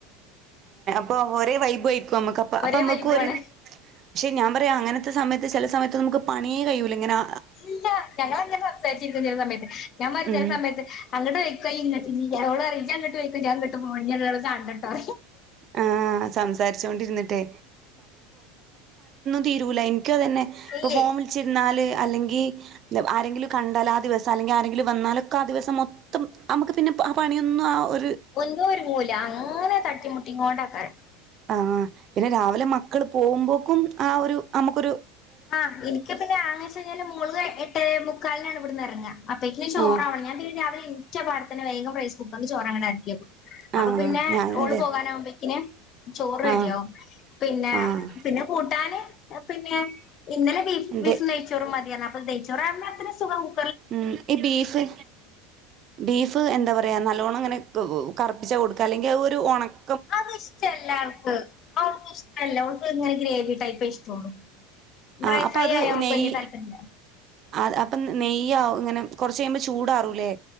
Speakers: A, on the right; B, on the left.
A: ഇപ്പോ ഒരേ വൈബുമായി നമ്മക്ക് അപ്പ
B: ഒരേ
A: അപ്പ നമ്മക്ക്
B: വൈബുമാണ്
A: ഒരു പക്ഷേ ഞാൻ പറയാ അങ്ങനത്തെ സമയത്ത് ചെല സമയത്ത് നമുക്ക് പണിയേ കഴിയൂലാ ഇങ്ങനാ
B: ഇല്ല ഞങ്ങൾ അങ്ങനെ സംസാരിച്ചിരിക്കും ചില സമയത്ത് ഞാൻ <unintelligible>
A: ഉം
B: സമയത്ത് അങ്ങട്ട് ഇങ്ങട്ട് ഓള് <unintelligible> <unintelligible> പോകണ്ടട്ടോ
A: ആഹ് സംസാരിച്ചോണ്ടിരുന്നിട്ടേ തീരൂലാ ഇനിക്കും അതന്നെ ഇപ്പോ
B: ഇല്ലേ
A: ഫോണില് വിളിച്ചിരുന്നാല് അല്ലെങ്കി ഈ <unintelligible> ആരെങ്കിലും കണ്ടാലാ ദിവസം അല്ലെങ്കി ആരെങ്കിലും വന്നാലൊക്കെ ആ ദിവസം മൊത്തം അമുക്ക് പിന്നെ പ് ആ പണിയൊന്നും ആവൂ
B: ഒന്നും ഒരുങ്ങൂല അങ്ങനെ തട്ടിമുട്ടി ഇങ്ങ് പോണ്ടാക്കാരം
A: ആഹ് പിന്നെ രാവിലെ മക്കള് പോവുമ്പോക്കും ആ ഒരു അമുക്കൊരു
B: ആഹ് എനിക്ക് പിന്നെ ആങ്ങ ചെഞ്ഞാല് മോള് എട്ട് ട്ടേ മുക്കാലിനാണ് ഇവിടുന്ന് എറങ്ങ്അ അപ്പേക്കിനും ചോറാവണം
A: ആഹ്
B: ഞാൻ പിന്നെ രാവിലെ എണി ച പടെത്തന്നെ വേഗം റൈസ് കുക്കറില് ചോറ് അങ്ങട് എറക്കിവെക്കും അപ്പോ
A: ആഹ്
B: പിന്നെ
A: ഞാനും
B: ഓള്
A: അതെ
B: പോകാനാവുമ്പെക്കിന് ചോറ് റെഡിയാവും
A: ആഹ്
B: പിന്നെ
A: ആഹ്
B: പിന്നെ കൂട്ടാന് എ പിന്നെ ഇന്നലെ ബീഫ്
A: എന്തേ
B: ബീഫും നെയ്ച്ചോറും മതിയറഞ്ഞ് അപ്പ് അ നെയ്ച്ചോറാവുമ്പോ അത്ര സുഖാവും
A: ഉം ഈ ബീഫ് ബീഫ് എന്താ പറയാന്നൽ നല്ലോണം ഇങ്ങനെ കൂ കറുപ്പിച്ചാ കൊടുക്കാ അല്ലെങ്കി അ ഒരു ഒണക്
B: അത് ഇഷ്ടല്ല അവൾക്ക് അവൾക്ക് ഇഷ്ടല്ല ഓൾക്ക് ഇങ്ങനെ ഗ്രേവി ടൈപ്പേ ഇഷ്ടൊള്ളൂ ഡ്രൈ
A: ആഹ് അപ്പത്
B: ഫ്രൈ ആയ
A: ഉ
B: അവൾക്ക്
A: നെയ്
B: വല്യ താല്പര്യല്ല
A: അത് അപ്പ നെയ് യ്യാവു ഇങ്ങനെ കൊറച്ചയുമ്പോ ചൂടാറൂല്ലേ